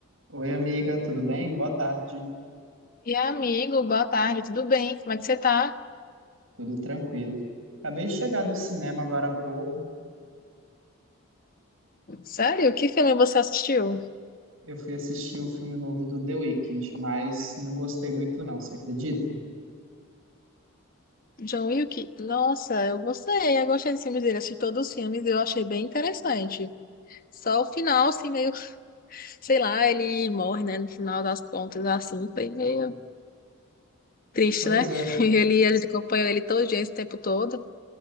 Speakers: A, on the right; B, on the left.
A: Oi, amiga, tudo bem? Boa tarde.
B: E amigo, boa tarde, tudo bem? Como é que você tá?
A: Tudo tranquilo. Acabei de chegar do cinema agora há pouco.
B: Sério? Que filme você assistiu?
A: Eu fui assistir o filme novo do The Weeknd, mas não gostei muito não, você acredita?
B: John Wick? Nossa, eu gostei, eu gostei desse filme dele, assisti todos os filmes, e eu achei bem interessante. Só o final, assim, meio, sei lá, ele morre, né, no final das contas, assim, foi meio triste,
A: Pois
B: né?
A: é,
B: <laughs> Ele, a gente acompanhou ele todo dia, esse tempo todo.